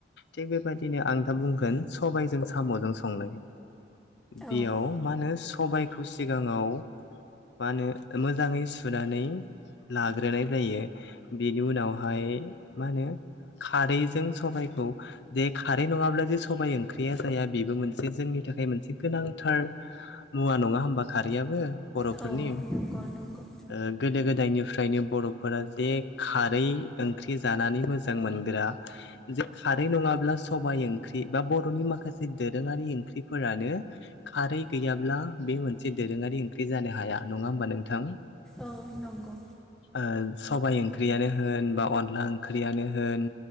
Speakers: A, on the left; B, in the centre.
A: थिग बेबायदिनो आं दा बुंगोन सबायजों साम'जों संनाय बेयाव
B: औ
A: मा होनो सबाइखौ सिगाङाव मा होनो मोजाङै सुनानै लाग्रोनाय जायो बेनि उनावहाय मा होनो खारैजों सबायखौ जे खारै नङाब्ला जे सबाइ ओंख्रिया जाया बेबो मोनसे जोंनि थाखाय मोनसे गोनांथार मुवा नङा होमबा खारैयाबो बर'फोरनि
B: औ नंगौ नंगौ
A: ओ गोदो गोदायनिफ्रायनो बर'फोरा जे खारै ओंख्रि जानानै मोजां मोनग्रा जे खारै नङाब्ला सबाइ ओंख्रि बा बर'नि माखासे दोरोङारि ओंख्रिफोरानो खारै गैयाब्ला बे मोनसे दोरोङारि ओंख्रि जानो हाया नङा होमबा नोंथां।
B: औ नंगौ
A: ओ सबाय ओंख्रियानो होन बा अनला ओंख्रियानो होन